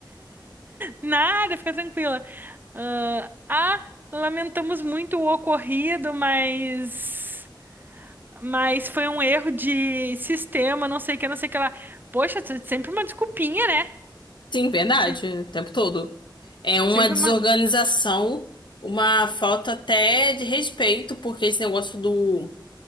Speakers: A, on the right; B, on the left.
A: Nada, fica tranquila. ah, ah, lamentamos muito o ocorrido, mas. Mas foi um erro de sistema, não sei o que, não sei o que lá. Poxa, sempre uma desculpinha, né?
B: <laughs> Sim, verdade,
A: Se-
B: o tempo todo. É uma
A: Sempre
B: desorganização,
A: uma.
B: uma falta até de respeito, porque esse negócio do,